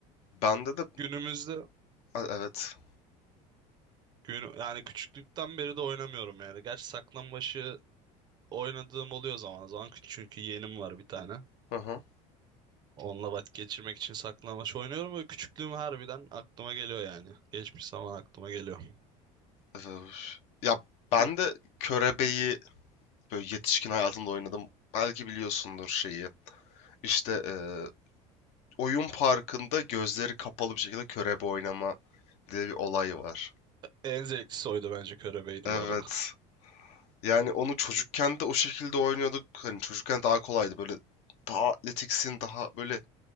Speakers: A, on the left; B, on the right.
A: Bende de,
B: Günümüzde
A: a- evet,
B: gün, yani küçüklükten beri de oynamıyorum yani. Gerçi saklambaçı oynadığım oluyor zaman zaman çünkü yeğenim var bir tane.
A: hı hı.
B: Onunla vakit geçirmek için saklanmaç oynuyorum. Böyle küçüklüğüm harbiden aklıma geliyor yani. Geçmiş zaman aklıma geliyor.
A: Öf. Ya ben de Körebe'yi böyle yetişkin hayatımda oynadım. Belki biliyorsundur şeyi. İşte eee, oyun parkında gözleri kapalı bir şekilde körebe oynama diye bir olay var.
B: En zevklisi oydu bence körebeydi
A: Evet.
B: bu arada.
A: Yani onu çocukken de o şekilde oynuyorduk. Hani çocukken daha kolaydı böyle daha atletiksin daha böyle